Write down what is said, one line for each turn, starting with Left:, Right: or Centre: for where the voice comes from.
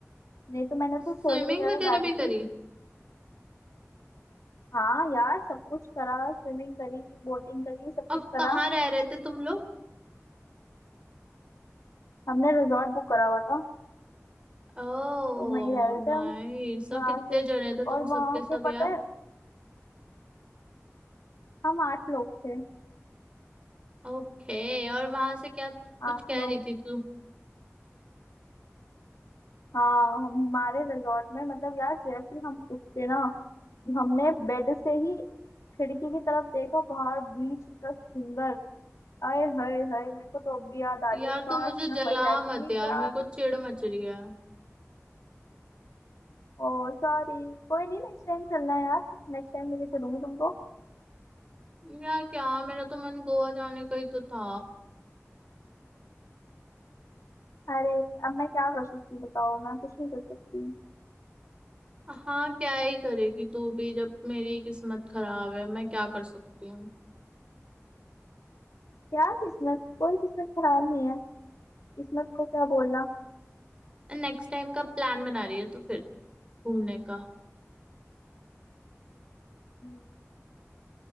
Left: नहीं तो मैंने तो
Right: स्विमिंग
Left: स्टोरी वगैरह
Right: वगैरह
Left: डाली
Right: भी
Left: थी
Right: करी
Left: हाँ यार सब कुछ करा स्विमिंग करी बोटिंग करी सब
Right: और
Left: कुछ करा
Right: कहाँ रह रहे थे तुम लोग
Left: हमने रिजॉर्ट बुक करा हुआ था
Right: ओह
Left: तो वहीं रह रहे
Right: नाइस
Left: थे हम
Right: और
Left: वहां
Right: कितने
Left: से
Right: जने थे तुम
Left: और वहां
Right: सबके
Left: के
Right: सब यार
Left: पता है हम आठ लोग थे
Right: ओके और वहां से क्या कुछ
Left: आठ
Right: कह
Left: लोग
Right: रही थी तू
Left: हाँ हमारे रिजॉर्ट में मतलब यार जैसे ही हम उठते ना हमने बेड से ही खिड़की की तरफ देखा बाहर बीच इतना सुंदर आए हाय हाय मेरे को तो अब भी याद आ रही
Right: यार
Left: है काश
Right: तू मुझे
Left: मैं
Right: जला
Left: वहीं रहती
Right: मत यार
Left: यार
Right: मेरे को चिढ़ मच रही है
Left: ओ सॉरी कोई नहीं नेक्स्ट टाइम चलना है यार नेक्स्ट टाइम लेके चलूंगी तुमको
Right: यार क्या मेरा तो मन गोवा जाने का ही तो था
Left: अरे अब मैं क्या कर सकती हूँ बताओ मैं कुछ नहीं कर सकती
Right: हाँ क्या ही करेगी तू भी जब मेरी किस्मत खराब है मैं क्या कर सकती हूँ
Left: यार किस्मत कोई किस्मत खराब नहीं है किस्मत को क्या बोलना
Right: नेक्स्ट टाइम का प्लान बना रही है तो फिर घूमने का
Left: हम्म,